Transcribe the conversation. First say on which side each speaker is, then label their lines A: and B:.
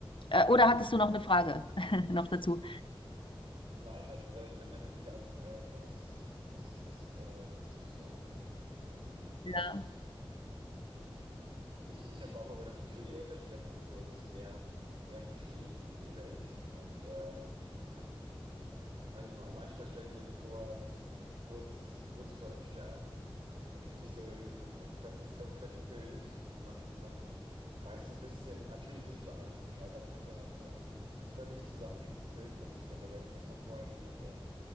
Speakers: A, on the left; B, on the right.
A: äh, oder hattest du noch eine Frage <laughs> noch dazu?
B: Nein, also wenn, wenn dann habe ich auch eher, eher was, was, was noch da, dazu zu sagen, ja. Ähm,
A: Ja.
B: ich, ich, ich habe auch immer das Gefühl, je älter ich werde, desto, desto mehr, mehr verstehe ich irgendwie die Welt. Und äh, ich habe Manchmal, manchmal stelle ich mir so vor, dass äh, kurz, kurz vor dem Sterben ergibt sich so die, die- das, das komplette Bild. Also Man, man weiß so ein bisschen, natürlich nicht über alles Bescheid, aber hat so also ein völlig zusammenhängendes Bild plötzlich von der Welt, was man vorher nie hatte.